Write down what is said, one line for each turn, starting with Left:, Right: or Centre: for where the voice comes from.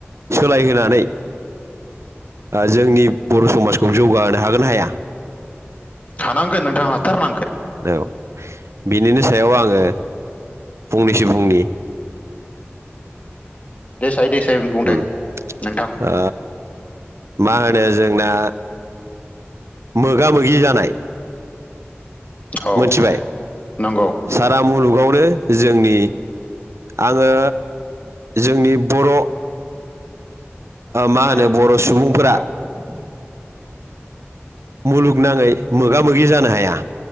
Right: सोलायहोनानै जोंनि बर' समाजखौ जौगाहोनो हागोना हाया।
Left: हानांगोन नोंथां हाथारनांगोन
Right: औ बिनिनो सायाव आङो फंनैसो बुंनि
Left: देसाय देसाय बुंथाय
Right: उम
Left: नोंथां
Right: ओ मा होनो जोंना मोगा मोगि जानाय
Left: औ
Right: मिथिबाय
Left: नंगौ
Right: सारा मुलुगावनो जोंनि आङो जोंनि बर'
Left: <unintelligible>
Right: मा होनो बर' सुबुंफोरा मुलुगनाङै मोगा मोगि जानो हाया